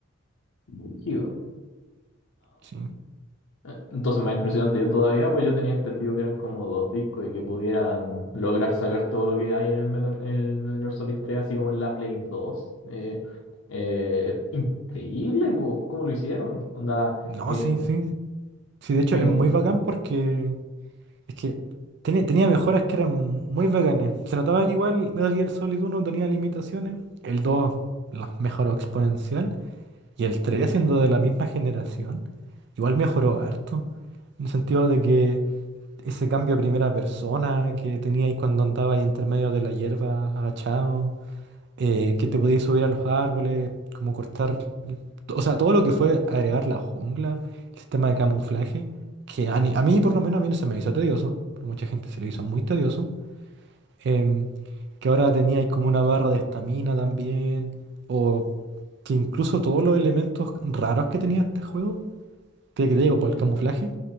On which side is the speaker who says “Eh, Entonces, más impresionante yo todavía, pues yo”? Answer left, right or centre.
Left